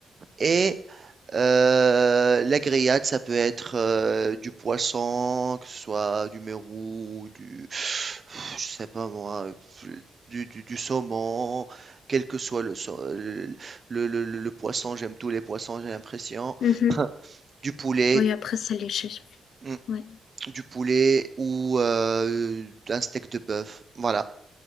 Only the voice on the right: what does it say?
Et euh, la grillade, ça peut être euh, du poisson, que ce soit du mérou, du, je sais pas moi, du, du- du saumon, quel que soit le, sau- le- le- le- le poisson, j'aime tous les poissons, j'ai l'impression.
<laughs> Du poulet,
mm,
du poulet ou euh, un steak de bœuf. Voilà,